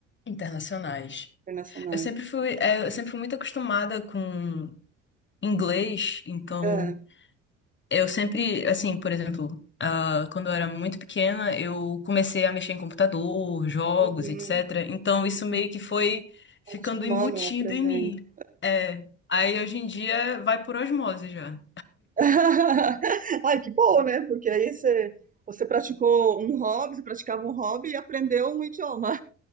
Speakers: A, on the left; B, on the right.
A: internacionais.
B: Internacionais.
A: Eu sempre fui, é, eu sempre fui muito acostumada com inglês, então
B: É.
A: Eu sempre, assim, por exemplo, ah, quando eu era muito pequena, eu comecei a mexer em computador, jogos,
B: Uhum.
A: etc. Então isso meio que foi ficando
B: Acostumando,
A: embutido
B: aprendendo.
A: em mim. É. Aí hoje em dia vai por osmose já.
B: <laughs> Ai, que bom, né? Porque aí você, você praticou um hobby, você praticava um hobby e aprendeu um idioma.